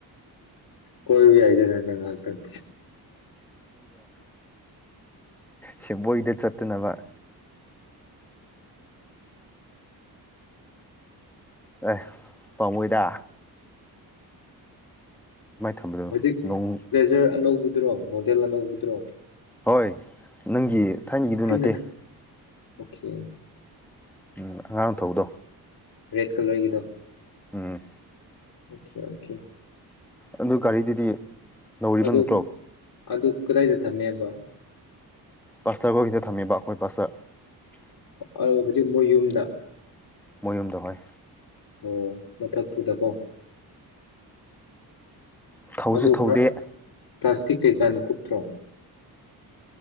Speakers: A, on the left; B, in the centre.
A: ꯀꯣꯏꯔꯨ ꯌꯥꯏꯗꯅꯗꯉꯥꯛꯇꯪ꯫
B: ꯁꯦꯡꯕꯣꯏꯗ ꯆꯠꯇꯅꯕ ꯑꯦ ꯄꯥꯃꯣꯏꯗ ꯊꯝꯕꯗꯣ
A: ꯍꯧꯖꯤꯛ
B: ꯅꯣꯡ
A: ꯄ꯭ꯂꯦꯖꯔ ꯑꯅꯧꯕ ꯗꯨꯔꯣ ꯃꯣꯗꯦꯜ ꯑꯅꯧꯕꯗ꯭ꯔꯣ
B: ꯍꯣꯏ ꯅꯪꯒꯤ ꯊꯥꯏꯅꯒꯤꯗꯨ
A: ꯑꯩꯅ
B: ꯅꯠꯇꯦ
A: ꯑꯣꯀꯦ
B: ꯎꯝ ꯑꯉꯥꯡ ꯊꯧꯕꯗꯣ꯫
A: ꯔꯦꯠ ꯀꯂꯔꯒꯤꯗꯣ
B: ꯎꯝ
A: ꯑꯣꯀꯦ ꯑꯣꯀꯦ
B: ꯑꯗꯨ ꯒꯥꯔꯤꯗꯨꯗꯤ ꯅꯧꯔꯤꯕ
A: ꯑꯗꯨ
B: ꯅꯠꯇ꯭ꯔꯣ
A: ꯑꯗꯨ ꯀꯗꯥꯏꯗ ꯊꯝꯃꯦꯕ꯫
B: ꯄꯥꯁꯇꯔ ꯈꯣꯏꯒꯤꯗ ꯊꯝꯃꯤꯕ ꯑꯩꯈꯣꯏ ꯄꯁꯇꯔ
A: ꯑꯣ ꯍꯧꯖꯤꯛ ꯃꯣꯏ ꯌꯨꯝꯗ
B: ꯃꯣꯏ ꯌꯨꯝꯗ ꯍꯣꯏ꯫
A: ꯑꯣ ꯃꯊꯛꯇꯨꯗꯀꯣ
B: ꯊꯧꯁꯨ
A: ꯑꯗꯨ
B: ꯊꯧꯗꯦ
A: ꯄ꯭ꯂꯥꯁꯇꯤꯛ ꯀꯩꯀꯥꯅ ꯀꯨꯞꯇ꯭ꯔꯣ